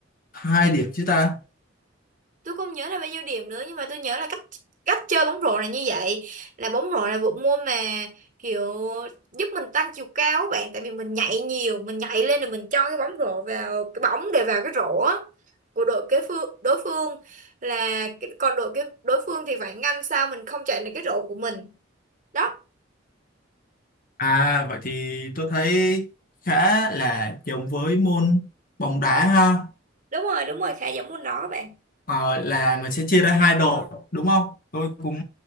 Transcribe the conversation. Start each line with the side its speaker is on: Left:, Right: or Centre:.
Left: hai điểm chứ ta
Right: tôi không nhớ là bao nhiêu điểm nữa nhưng mà tôi nhớ là cách cách chơi bóng rổ là như vậy là bóng rổ là bộ môn mà kiểu giúp mình tăng chiều cao á bạn tại vì mình nhảy nhiều mình nhảy lên rồi mình cho cái bóng rổ vào cái bóng để vào cái rổ á của đội kế phương đối phương là cái- còn đội cái đối phương thì phải ngăn sao mình không chạy được cái rổ của mình đó
Left: À vậy thì tôi thấy khá là giống với môn bóng đá ha
Right: đúng rồi đúng rồi khá giống môn đó bạn
Left: Ờ, là mình sẽ chia ra hai đội đúng không? Tôi cũng